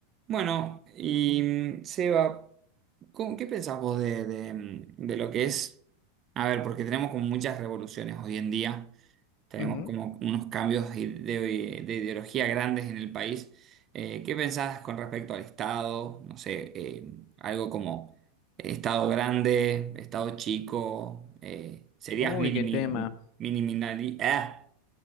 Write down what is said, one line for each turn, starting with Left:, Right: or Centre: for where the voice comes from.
Right: Bueno, y mm, Seba, ¿cómo- qué pensás vos de, de, mm, de lo que es? A ver, porque tenemos como muchas revoluciones hoy en día, tenemos
Left: Ujú.
Right: como unos cambios de, de- de ideología grandes en el país. Eh, ¿qué pensás con respecto al Estado? No sé, eh, algo como Estado grande, Estado chico, eh, ¿serías
Left: Uy,
Right: minimi,
Left: qué tema.
Right: miniminali- ah,